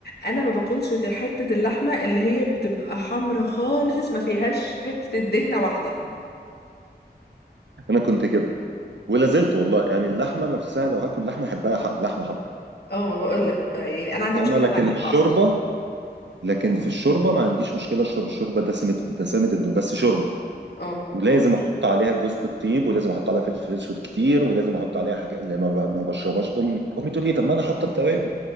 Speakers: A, on the left; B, on the right.
A: انا ما باكلش غير حته اللحمه اللي هي بتبقى حمرا خالص ما فيهاش حته دهنه واحده
B: انا كنت كده ولا زلت والله يعني اللحمه نفسها لو هاكل لحمه احبها حق لحمه حمرا
A: اه ما بقولك يعني انا عندي
B: فاهمه
A: مشكله
B: لكن
A: مع اللحمه
B: الشوربه
A: اصلا
B: لكن في الشوربه ما عنديش مشكله اشرب الشوربه دسمه دسمه الدنيا بس شوربه
A: اه
B: ولازم احط عليها جوزة الطيب ولازم احط عليها فلفل اسود كتير ولازم احط عليها حاجه اللي ما, ب- ما بشربهاش امي امي تقول لي طب ما انا حاطه التوابل